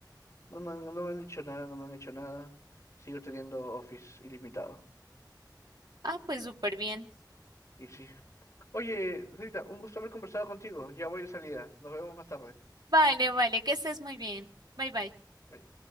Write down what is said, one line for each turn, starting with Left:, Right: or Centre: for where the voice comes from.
Left: No me han, no me han dicho nada, no me han hecho nada, sigo teniendo Office ilimitado,
Right: Ah, pues súper bien.
Left: y sí. Oye, Rita, un gusto haber conversado contigo, ya voy de salida, nos vemos más tarde.
Right: Vale, vale, que estés muy bien. Bye, bye.
Left: Bye.